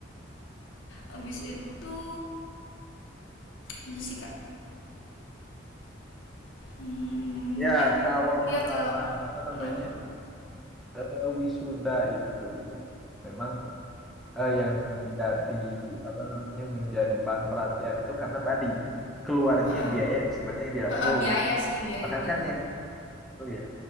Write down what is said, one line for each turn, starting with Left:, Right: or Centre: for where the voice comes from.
Left: Habis itu itu sih Kak. Hmm,
Centre: Ya,
Left: eh
Centre: kalau
Left: iya
Centre: masalah
Left: kalau
Centre: apa namanya?
Left: heeh,
Centre: eh, wisuda itu memang eh, yang jadi apa namanya menjadi bahan perhatian itu karena tadi ya, keluarnya
Left: heeh.
Centre: biaya yang sebenarnya tidak
Left: Heeh,
Centre: perlu.
Left: biaya sih biaya.
Centre: Bahkan
Left: Heeh.
Centre: kan yang itu ya,